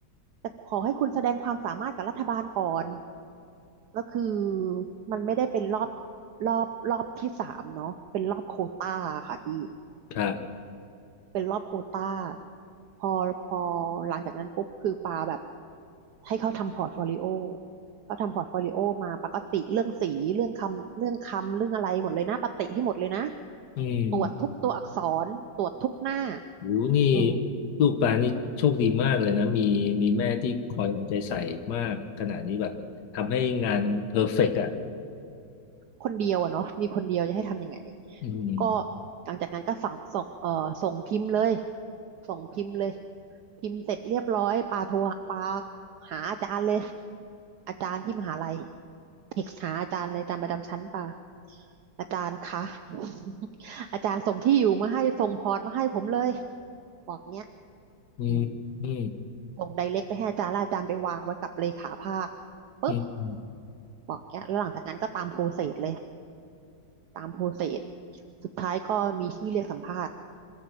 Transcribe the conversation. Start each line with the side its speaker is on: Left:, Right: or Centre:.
Right: แต่ขอให้คุณแสดงความสามารถกับรัฐบาลก่อนแล้วคือมันไม่ได้เป็นรอบรอบรอบที่สามเนาะเป็นรอบโควต้าค่ะพี่
Left: ครับ
Right: เป็นรอบโควต้าพอพอหลังจากนั้นปุ๊บคือปาแบบให้เขาทำพอร์ตโฟลิโอเขาทำพอร์ตโฟลิโอมาปาก็ติเรื่องสีเรื่องคำเรื่องคำเรื่องอะไรหมดเลยนะปาติให้หมดเลยนะ
Left: อืม
Right: ตรวจทุกตัวอักษรตรวจทุกหน้า
Left: หนูนี่
Right: อืม
Left: ลูกปลานี่โชคดีมากเลยนะ มีมีแม่ที่คอยเอาใจใส่มากขนาดนี้แบบทำให้งานเพอร์เฟกต์อ่ะ
Right: คนเดียวอะเนาะมีคนเดียวจะให้ทำยังไง
Left: อืม
Right: ก็หลังจากนั้นก็สั่งส่งเอ่อส่งพิมพ์เลยส่งพิมพ์เลยพิมพ์เสร็จเรียบร้อยปาโทรปาหาอาจารย์เลยอาจารย์ที่มหาลัย เอกหาอาจารย์เลยอาจารย์ประจำชั้นป่ะอาจารย์คะ <laughs> อาจารย์ส่งที่อยู่มาให้ส่งพอร์ตมาให้ผมเลยบอกเนี้ย
Left: อืมอืม
Right: อืมส่งไดเรกไปให้อาจารย์แล้วอาจารย์ไปวางไว้กับเลขาภาคปุ๊บ
Left: อืม
Right: บอกเนี้ยแล้วหลังจากนั้นก็ตามโปรเซสเลยตามโปรเซสสุดท้ายก็มีชื่อเรียกสัมภาษณ์